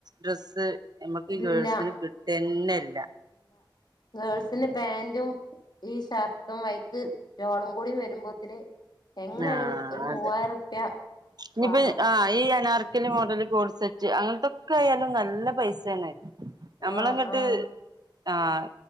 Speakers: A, on the right; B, on the left.
A: ഡ്രസ്സ്- ഞമ്മക്ക് ഗേൾസിന്
B: ഇല്ല
A: കിട്ടെന്നെല്ല
B: ഗേൾസിന്ന് പാന്റും ഈ ഷർട്ടും വൈ <unintelligible> ക്ക് ഷോളും കൂടി വരുമ്പോത്തിന്- എങ്ങനെ
A: ആഹ്
B: ഒരു ഒരു മൂവായിരം
A: അതെ
B: റുപ്യ
A: ഇനിപ്പ
B: വേണം
A: ആ ഈ അനാ ർക്കലി മോഡല് കോഡ്സെറ്റ് അങ്ങനത്തൊക്കെയായാലുംനല്ല പൈസേണ് ഞമ്മളങ്ങട്ട്
B: ആഹ് ആഹ്
A: ആഹ്